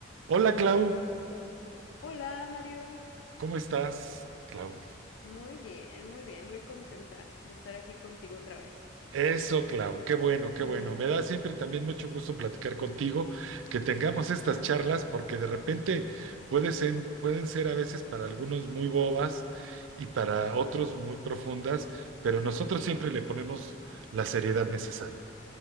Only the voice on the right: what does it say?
Hola Clau,
¿cómo estás? Clau.
Eso, Clau, qué bueno, qué
bueno. Me da siempre también mucho gusto platicar contigo, que tengamos estas charlas, porque de repente puede ser- pueden ser a veces para algunos muy bobas y para otros muy profundas, pero nosotros
siempre le ponemos la seriedad necesaria.